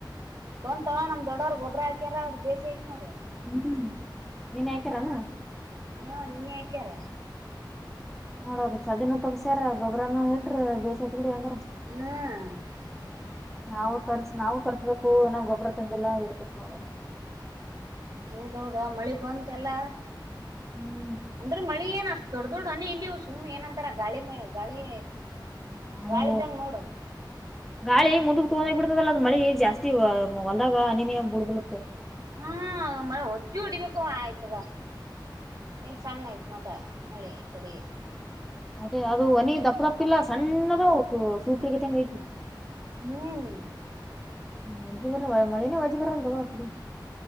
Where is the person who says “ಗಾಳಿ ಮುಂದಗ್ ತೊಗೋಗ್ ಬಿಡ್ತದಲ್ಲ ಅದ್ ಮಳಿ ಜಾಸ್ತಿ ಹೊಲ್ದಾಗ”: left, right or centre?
Centre